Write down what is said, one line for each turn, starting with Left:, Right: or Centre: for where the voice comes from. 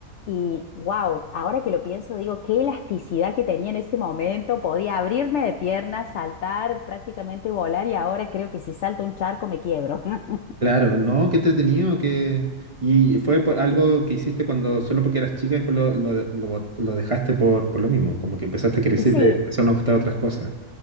Left: y wow, ahora que lo pienso digo, qué elasticidad que tenía en ese momento, podía abrirme de piernas, saltar, prácticamente volar y ahora creo que si salto un charco me quiebro. <laughs>
Right: Claro, no, qué entretenido que... ¿Y fue por algo que hiciste cuando solo porque eras chica, después lo, lo, lo bot- lo dejaste por, por lo mismo? Como que empezaste a crecer
Left: Sí,
Right: y te empezaron a gustar otras cosas.